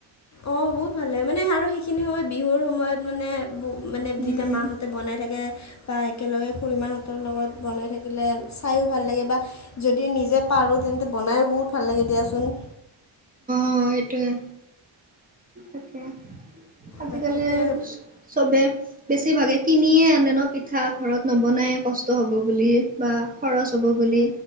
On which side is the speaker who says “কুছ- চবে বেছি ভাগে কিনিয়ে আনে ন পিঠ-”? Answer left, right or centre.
Right